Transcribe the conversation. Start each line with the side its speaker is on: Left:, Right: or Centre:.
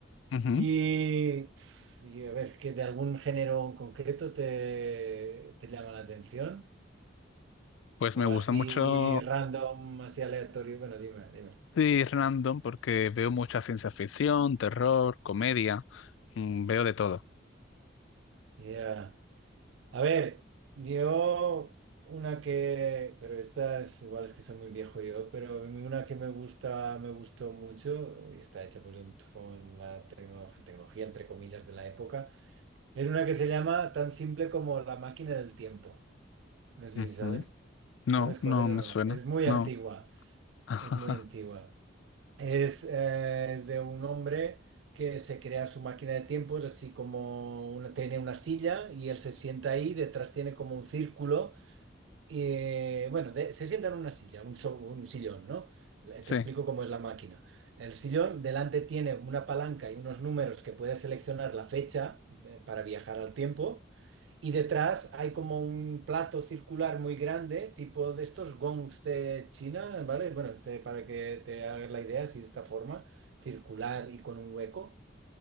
Left: Ujú.
Right: Y, y a ver, ¿que de algún género en concreto te, te llama la atención?
Left: Pues me
Right: O
Left: gusta
Right: así
Left: mucho
Right: random, así aleatorio. Bueno, dime, dime.
Left: sí, random porque veo mucha ciencia ficción, terror, comedia, mm, veo de todo.
Right: Ya. A ver, yo una que, pero estas igual es que soy muy viejo yo, pero una que me gusta, me gustó mucho, y está hecha pues en- con la tecno- tecnología, entre comillas, de la época, es una que se llama tan simple como La máquina del tiempo. No sé
Left: Ujú.
Right: si sabes.
Left: No,
Right: ¿Sabes cuál
Left: no
Right: es o
Left: me
Right: no?
Left: suena,
Right: Es muy
Left: no.
Right: antigua,
Left: <laughs>
Right: es muy antigua. Es, eh, es de un hombre que se crea su máquina de tiempos, así como una, tiene una silla y él se sienta ahí, detrás tiene como un círculo y, eh, bueno, de- se sienta en una silla, un, so- un sillón, ¿no? Le-
Left: Sí,
Right: Te explico cómo es la máquina. El sillón delante tiene una palanca y unos números que puede seleccionar la fecha, eh, para viajar al tiempo. Y detrás hay como un plato circular muy grande, tipo de estos gongs de China, ¿vale? Bueno, este, para que te hagas la idea, así de esta forma, circular y con un hueco.